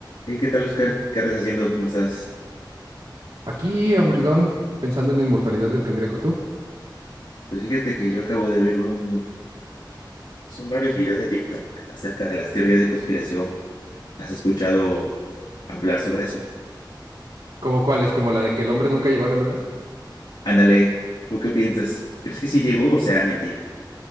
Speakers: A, on the left; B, on the right.
A: Hey, ¿qué tal, Oscar? ¿Qué andas haciendo? ¿Cómo estás?
B: Aquí, aburridón, pensando en la inmortalidad del cangrejo, ¿tú?
A: Pues fíjate que yo acabo de ver un... Son varios videos de TikTok acerca de las teorías de conspiración. ¿Has escuchado hablar sobre eso?
B: ¿Cómo cuál es? ¿Como la de que el hombre nunca llegó a la luna?
A: Ándale, ¿tú qué piensas? ¿Crees que sí llegó o sea mentira?